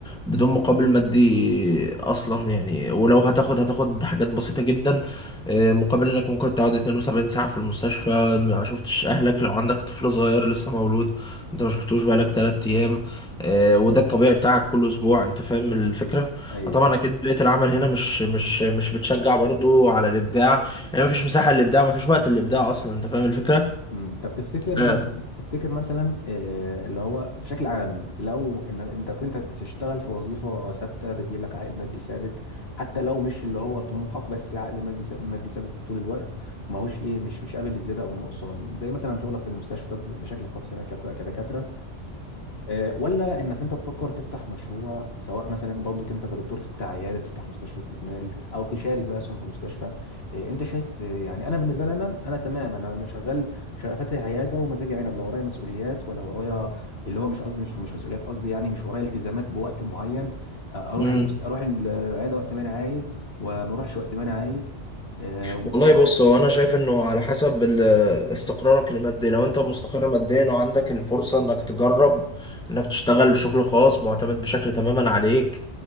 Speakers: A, in the centre; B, on the left.
A: بدون مقابل مادي اصلا يعني ولو هتاخد هتاخد حاجات بسيطة جدا آه، مقابل انك ممكن تقعد 72 ساعة في المستشفى ما شفتش اهلك لو عندك طفل صغير لسه مولود انت ما شفتوش بقالك 3 ايام آه، وده الطبيعي بتاعك كل اسبوع انت فاهم الفكرة
B: ايوه
A: آه، طبعا اكيد بيئة العمل هنا مش مش مش بتشجع برضو على الابداع يعني مفيش مساحة للإبداع مفيش وقت للإبداع أصلا أنت فاهم الفكرة؟
B: مم. طب تفتكر
A: آه.
B: مثلا تفتكر مثلا آه، اللي هو بشكل عام لو ان انت كنت تشتغل في وظيفه ثابته بتجيب لك عائد مادي ثابت حتى لو مش اللي هو طموحك بس عائد مادي ث- مادي ثابت طول الوقت ماهوش ايه مش مش قابل للزياده او النقصان زي مثلا شغلك في المستشفى ب- بشكل خاص هنا كت- كدكاتره آه، ولا انك انت تفكر تفتح مشروع سواء مثلا برضو انت كدكتور تفتح عياده تفتح مستشفى استثماري او تشارك بقى اسهم في مستشفى آه، انت شايف آه، يعني انا بالنسبه لي انا انا تمام انا مش شغال شغال فاتح عياده ومزاجي عنب لو ورايا مسؤوليات ولا ورايا اللي هو مش قصدي مش مش مسؤوليات قصدي يعني مش ورايا التزامات بوقت معين آه، اروح
A: مم.
B: المست... اروح العياده وقت ما انا عايز وما اروحش وقت ما انا عايز آه،
A: والله بص هو أنا شايف إنه على حسب ال- آه، استقرارك المادي لو أنت مستقر ماديا وعندك الفرصة إنك تجرب إنك تشتغل بشغل خاص معتمد بشكل تماما عليك